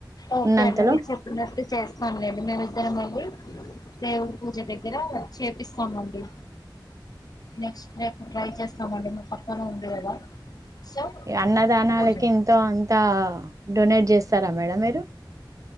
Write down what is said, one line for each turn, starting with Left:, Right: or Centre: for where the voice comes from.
Left: ఓకే
Right: ఉన్నంతలో
Left: అండి. మీరు చెప్పినట్టే చేస్తాం లెండి. మేమిద్దరం వెళ్లి దేవుడి పూజ దగ్గర చేపిస్తామండి. నెక్స్ట్ రేపు ట్రై చేస్తామండి. మీ పక్కన ఉంది కదా! సో
Right: అన్నదానాలకి
Left: పూజ
Right: ఎంతో అంత డొనేట్ చేస్తారా మేడం మీరు?